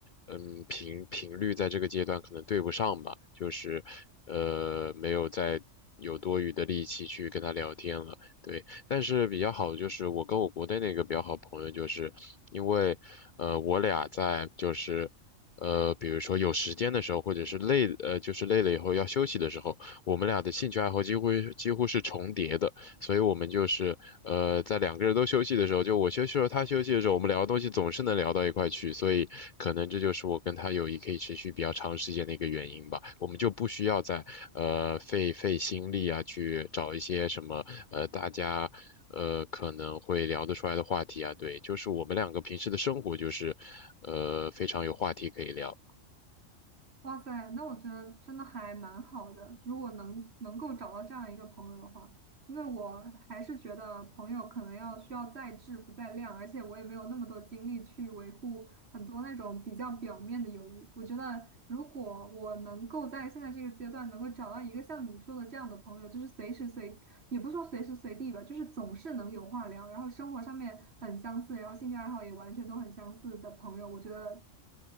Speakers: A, on the left; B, on the right.
A: 嗯频频率在这个阶段可能对不上吧，就是呃没有再有多余的力气去跟他聊天了，对。但是比较好的就是我跟我国内那个比较好的朋友，就是因为呃我俩在就是呃比如说有时间的时候，或者是累呃就是累了以后要休息的时候，我们俩的兴趣爱好几乎几乎是重叠的。所以我们就是呃，在两个人都休息的时候，就我休息的时候，他休息的时候，我们聊的东西总是能聊到一块去，所以可能这就是我跟他友谊可以持续比较长时间的一个原因吧。我们就不需要再呃费费心力啊，去找一些什么呃大家。呃，可能会聊得出来的话题啊，对，就是我们两个平时的生活就是，呃，非常有话题可以聊。
B: 哇塞，那我觉得真的还蛮好的。如果能能够找到这样一个朋友的话，因为我还是觉得朋友可能要需要在质不在量，而且我也没有那么多精力去维护很多那种比较表面的友谊。我觉得，如果我能够在现在这个阶段能够找到一个像你说的这样的朋友，就是随时随，也不说随时随地吧，就是总是能有话聊，然后生活上面很相似，然后兴趣爱好也完全都很相似的朋友，我觉得